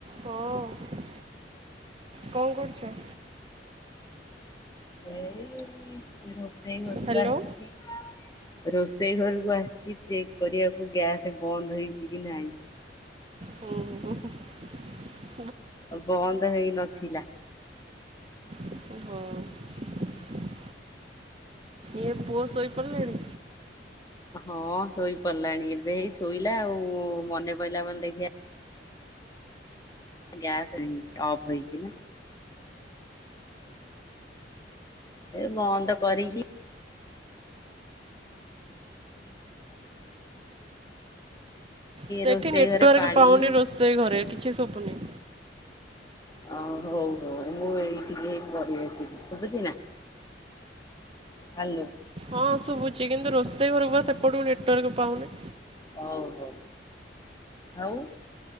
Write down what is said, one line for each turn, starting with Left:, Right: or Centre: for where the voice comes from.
Right: ହଁ, କଣ କରୁଛ?
Left: ଏଇ ରୋଷେଇ ଘରକୁ
Right: ହ୍ୟାଲୋ।
Left: ଆସିଛି। ରୋଷେଇ ଘରକୁ ଆସିଛି ଚେକ୍ କରିବାକୁ ଗ୍ୟାସ ବନ୍ଦ ହେଇଛି କି ନାହିଁ।
Right: ହୁଁ ହ।
Left: ଆଉ ବନ୍ଦ ହେଇ ନଥିଲା।
Right: ହଁ। ଇଏ ପୁଅ ସୋଇପଡି ଲାଣି।
Left: ହଁ ଶୋଇପଡ଼ିଲାଣି ଏବେ ଏଇ ଶୋଇଲା ଆଉ ମନେ ପଇଲା ମାନେ ଦେଖିଆ ଗ୍ୟାସରେ ହେଇଛି ଅଫ୍ ହେଇଛି ନା। ଏ ବନ୍ଦ କରିକି
Right: ସେଠି
Left: ରୋଷେଇ
Right: ନେଟୱାର୍କ
Left: ଘରେ ପାଣି
Right: ପାଉନି
Left: ବି
Right: ରୋଷେଇ ଘରେ କିଛି ଶୁବୁନି।
Left: ହ ହଉ ହଉ ମୁଁ ଏଇଠିକି ହେଇ ପଳେଇ ଆସିଲି ଶୁଭୁଛି ନା। ହାଲୋ।
Right: ହଁ ଶୁଭୁଛି କିନ୍ତୁ ରୋଷେଇ ଘରକୁ ବା ସେପଟକୁ ନେଟୱାର୍କ ପାଉନି।
Left: ହଉ ହଉ ଆଉ